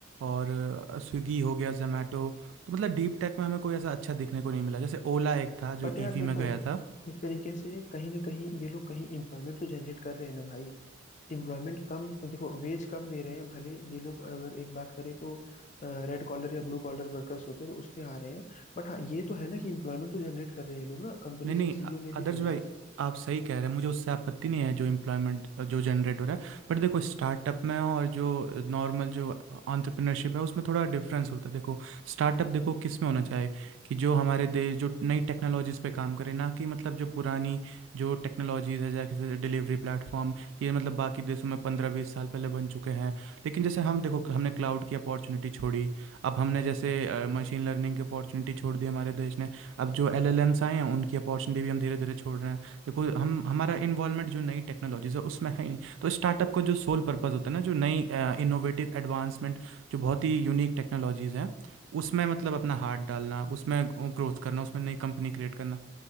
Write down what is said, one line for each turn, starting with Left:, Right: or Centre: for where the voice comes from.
Right: और स्विगी हो गया जोमेटो तो मतलब डीप टेक में हमें कोई ऐसा अच्छा दिखने को नहीं मिला जैसे ओला एक था
Left: बट
Right: जो ईवी
Left: यार देखो
Right: में गया था
Left: एक तरीके से कहीं ना कहीं ये लोग कहीं एम्प्लॉयमेंट तो जनरेट कर रहे हैं ना भाई एम्प्लॉयमेंट कम देखो वेज कम दे रहे हैं भले ये लोग अगर एक बात करें तो रेड कॉलर या ब्लू कॉलर वर्कर्स होते हैं तो उसमें आ रहे हैं बट हाँ ये तो है ना कि एम्प्लॉयमेंट तो जनरेट कर रहे हैं ये लोग ना कंपनीज
Right: नहीं नहीं
Left: के सीईओ
Right: अ-
Left: ने भी
Right: आदर्श
Left: बोला
Right: भाई आप सही कह रहे हैं मुझे उससे आपत्ति नहीं है जो एम्प्लॉयमेंट जो जनरेट हो रहा है बट देखो स्टार्टअप में और जो नॉर्मल जो एंटरप्रेन्योरशिप है उसमें थोड़ा डिफरेंस होता है देखो स्टार्टअप देखो किस में होना चाहिए कि जो हमारे देश जो नई टेक्नोलॉजीज पे काम करे ना कि मतलब जो पुरानी जो टेक्नोलॉजीज है जैसे डिलीवरी प्लेटफॉर्म ये मतलब बाकी देशों में पंद्रह बीस साल पहले बन चुके हैं लेकिन जैसे हम देखो हमने क्लाउड की अपॉर्चुनिटी छोड़ी अब हमने जैसे मशीन लर्निंग की अपॉर्चुनिटी छोड़ दी हमारे देश ने अब जो एलएलएम्स आए हैं उनकी अपॉर्चुनिटी भी हम धीरे धीरे छोड़ रहे हैं देखो हम हमारा इन्वॉल्वमेंट जो नई टेक्नोलॉजीज है उसमें है ही नहीं तो स्टार्टअप का जो सोल पर्पस होता है ना जो नई इनोवेटिव एडवांसमेंट जो बहुत ही यूनिक टेक्नोलॉजीज हैं उसमें मतलब अपना हाथ डालना उसमें ग्रोथ करना उसमें नई कंपनी क्रिएट करना